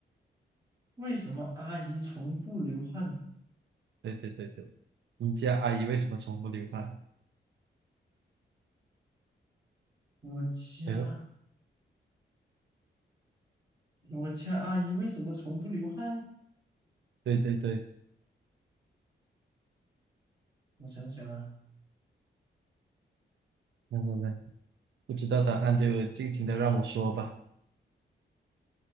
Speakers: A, on the right (about 20°); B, on the right (about 85°).
A: 为什么阿姨从不流汗？
B: 对对对对，你家阿姨为什么从不流汗？
A: 我家
B: 哎呦，
A: 我家阿姨为什么从不流汗？
B: 对对对，
A: 我想想啊，
B: 来来来。不知道答案就尽情的让我说吧。